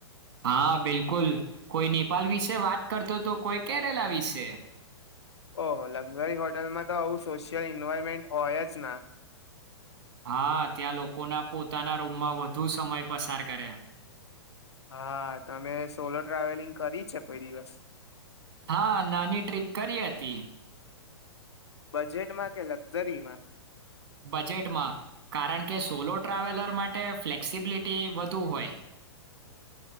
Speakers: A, on the right (about 50°); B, on the left (about 75°).
A: હા બિલકુલ કોઈ નેપાલ વિશે વાત કરતો તો કોઈ કેરલા વિશે.
B: ઓહ લક્ઝરી હોટલમાં તો આવું સોશિયલ ઇન્વાયવમેન્ટ હોય જ ના.
A: હા ત્યાં લોકોના પોતાના રૂમમાં વધુ સમય પસાર કરે.
B: હા તમે સોલો ટ્રાવેલિંગ કરી છે કોઈ દિવસ.
A: હા નાની ટ્ર્રીપ કરી હતી.
B: બજેટમાં કે લક્ઝરીમાં.
A: બજેટમાં કારણ કે સોલો ટ્રાવેલર માટે ફ્લેક્સિબિલિટી વધુ હોય.